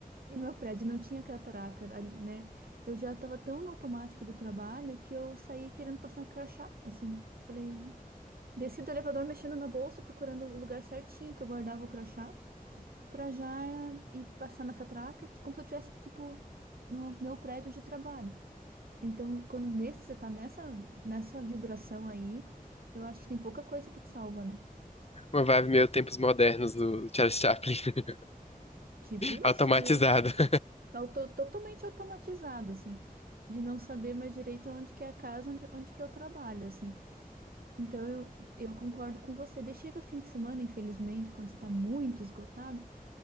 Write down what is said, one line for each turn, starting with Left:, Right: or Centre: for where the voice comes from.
Right: e meu prédio não tinha catraca, ali, né? Eu já tava tão no automático do trabalho que eu saí querendo passar crachá, assim. Falei, desci do elevador mexendo na bolsa, procurando o lugar certinho que eu guardava o crachá, pra já ir passar na catraca, ti- como se eu tivesse, tipo, no meu prédio de trabalho. Então, quando nesse, você tá nessa, nessa vibração aí, eu acho que tem pouca coisa que te salva, né?
Left: Uma vibe meio tempos modernos do Charles Chaplin, <laughs>
Right: Tipo isso,
Left: automatizado.
Right: viu?
Left: <laughs>
Right: auto- totalmente automatizado, assim, de não saber mais direito onde que é a casa, onde, onde que eu trabalho, assim. Então eu, eu concordo com você. Daí chega fim de semana, infelizmente, quando você tá muito esgotado,